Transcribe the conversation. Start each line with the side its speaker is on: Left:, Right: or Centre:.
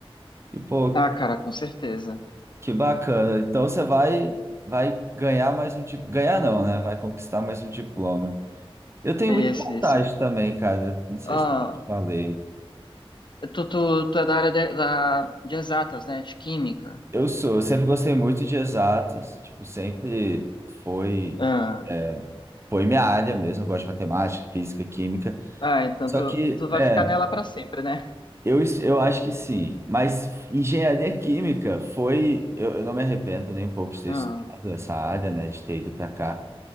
Right: E pô,
Left: ah, cara, com certeza.
Right: que bacana. Então você vai vai ganhar mais um tipo, ganhar não, né? Vai conquistar mais um diploma. Eu tenho
Left: É
Right: muita
Left: Isso,
Right: vontade
Left: é isso.
Right: também, cara. Não sei
Left: Ah,
Right: se eu já te falei.
Left: tu, tu, tu é da área de, da, de exatas, né, de química.
Right: Eu sou, eu sempre gostei muito de exatas, tipo, sempre foi
Left: Ah,
Right: é, foi minha área mesmo, eu gosto de matemática, física, química.
Left: ah, então
Right: Só
Left: tu,
Right: que,
Left: tu vai
Right: é,
Left: ficar nela pra sempre, né?
Right: eu, es- eu acho que sim. Mas engenharia química foi. Eu, eu não me arrependo nem um pouco de ter
Left: Ah,
Right: estudado essa área, né? De ter ido para cá.